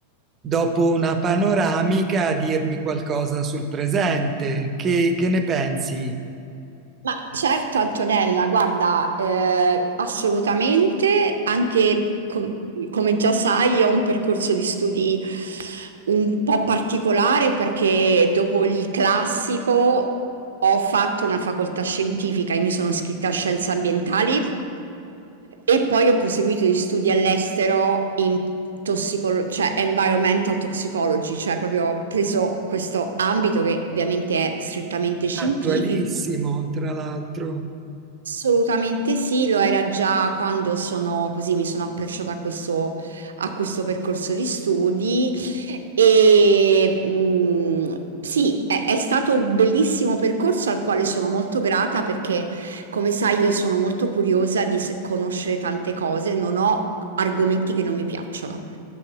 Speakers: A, on the right; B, on the right.
A: dopo una panoramica a dirmi qualcosa sul presente. Che, che ne pensi?
B: Ma certo Antonella, guarda, eh, assolutamente, anche com- come già sai, io ho un percorso di studi un po' particolare perché dopo il classico ho fatto una facoltà scientifica e mi sono iscritta a scienze ambientali e poi ho proseguito gli studi all'estero in tossicolo- cioè environmental toxicology, cioè proprio ho preso questo ambito che ovviamente è strettamente scientifico
A: Attualissimo, tra l'altro.
B: Assolutamente sì, lo era già quando sono così, mi sono approcciata a questo, a questo percorso di studi e mh, sì, è, è stato un bellissimo percorso al quale sono molto grata perché, come sai, io sono molto curiosa di se- conoscere tante cose, non ho argomenti che non mi piacciono.